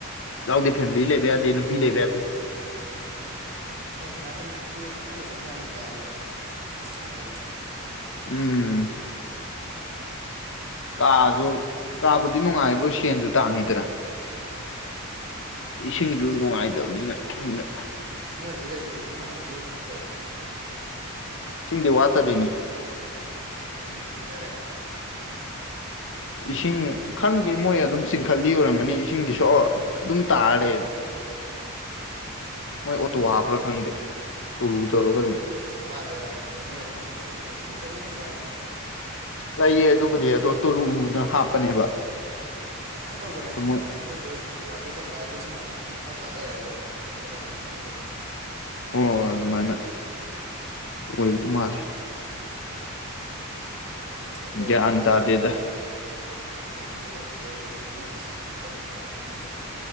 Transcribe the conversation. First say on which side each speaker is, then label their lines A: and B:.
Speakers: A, on the left (about 60°); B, on the right (about 45°).
A: ꯌꯥꯎꯗꯦ ꯐꯦꯃꯤꯂꯤ ꯂꯩꯕ ꯌꯥꯗꯦ ꯅꯨꯄꯤ ꯂꯩꯕ ꯌꯥꯗꯦ
B: ꯅꯣꯏꯁ ꯅꯥꯀꯟꯗꯤ ꯂꯣꯏꯁꯟ ꯭ꯌꯥꯟꯃꯤꯦꯟ ꯇꯥꯗꯦꯗꯣ ꯍꯥꯟꯅ ꯑꯗꯨꯗꯤ
A: ꯎꯝ ꯀꯥꯁꯨ ꯀꯥꯕꯨꯗꯤ ꯅꯨꯡꯉꯥꯏꯕ ꯁꯦꯟꯁꯨ ꯇꯥꯡꯉꯤꯗꯅ
B: ꯑꯥ
A: ꯏꯁꯤꯡꯁꯨ
B: ꯄꯩꯁꯥ
A: ꯅꯨꯡꯉꯥꯏꯇꯕꯅꯤꯅ ꯑꯩꯅ
B: ꯅꯣꯏ ꯍꯧꯖꯤꯛ ꯂꯩꯗꯨꯗꯤ ꯏꯁꯤꯡ ꯃꯥꯏꯁꯤꯡꯗꯤ ꯀꯃꯥꯏꯅ ꯇꯧꯏꯤ
A: ꯁꯤꯨꯝꯗꯤ ꯋꯥꯇꯕꯤꯅꯦ
B: ꯑꯗꯨꯝ ꯄꯤꯊꯔꯦꯑꯦ
A: ꯏꯁꯤꯡ ꯈꯪꯗꯦ ꯃꯣꯏ ꯑꯗꯨꯝ ꯆꯤꯡꯈꯠꯂꯤ ꯑꯣꯏꯔꯝꯒꯅꯤ ꯏꯁꯤꯡꯗꯤꯁꯨ ꯑꯗꯨꯝ ꯇꯥꯔ ꯂꯩꯕ
B: ꯎꯝ
A: ꯃꯣꯏ ꯑꯣꯇꯣ ꯍꯥꯞꯄ꯭ꯔꯥ ꯈꯪꯗꯦ ꯇꯣꯂꯨ ꯇꯧꯔꯒ ꯑꯗꯨꯝ
B: ꯃꯈꯥꯗ ꯀꯩꯅꯣꯒꯨꯝ ꯑꯃ ꯂꯩꯔꯝꯒꯅꯤ ꯇꯦꯡꯀꯤ ꯑꯆꯧꯕ ꯑꯃ ꯂꯩꯔꯝꯒꯅꯤ
A: ꯂꯩꯌꯦ ꯑꯗꯨꯕꯨꯗꯤ ꯑꯗꯣ ꯇꯣꯂꯨꯅ ꯍꯥꯞꯄꯅꯦꯕ
B: ꯀꯩꯅꯣ ꯇꯧꯕꯅꯦ
A: ꯑꯗꯨ ꯃꯣꯏ
B: ꯃꯣꯏꯗ ꯋꯥꯇꯔ ꯁꯄ꯭ꯂꯥꯏꯗ ꯏꯁꯤꯡ ꯅꯥꯀꯥꯟꯗ ꯃꯈꯥ ꯊꯥꯗꯔꯒꯣ ꯀꯩꯅꯣ ꯇꯧꯀꯥꯟꯗ ꯁꯨꯝ ꯆꯤꯡꯈꯠꯇꯅꯤ
A: ꯍꯣꯏ ꯑꯗꯨꯃꯥꯏꯅ ꯑꯣꯏꯕ ꯃꯥꯂꯦ
B: ꯈꯪꯗꯦ ꯇꯧꯔꯤ
A: ꯒ꯭ꯌꯥꯟ
B: ꯑꯦꯛꯖꯥꯝꯁꯦ
A: ꯇꯥꯗꯦꯗ
B: ꯑꯦꯛꯖꯥꯝꯁꯦ ꯂꯣꯏꯈ꯭ꯔꯗꯤꯀꯣ ꯑꯁ ꯋꯥꯈꯟꯁꯦ ꯈꯔ ꯅꯨꯡꯉꯥꯏꯔꯅꯤꯍꯦ